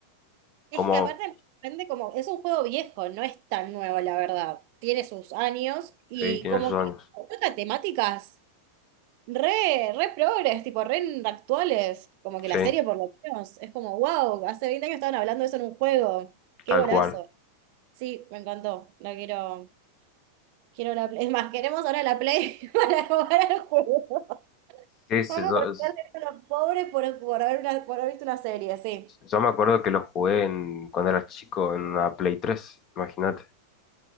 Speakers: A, on the right; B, on the left.
A: Es
B: Como,
A: que aparte me sorprende como, es un juego viejo, no es tan nuevo, la verdad. Tiene sus años y
B: sí, tiene
A: como
B: sus años.
A: que toca temáticas re, re progres, tipo re actuales. Como que
B: Sí,
A: la serie por lo menos es como, wow, hace 20 años estaban hablando de eso en un juego. Qué
B: tal
A: golazo.
B: cual.
A: Sí, me encantó. La quiero. Quiero la Play. <laughs> Es más, queremos ahora la Play <laughs> para jugar al juego.
B: Sí, sí,
A: Vamos
B: yo-
A: a tratar de ser unos pobres por, por, haber una- por haber visto una serie, sí.
B: Yo me acuerdo que lo jugué en, cuando era chico en una Play tres imagínate.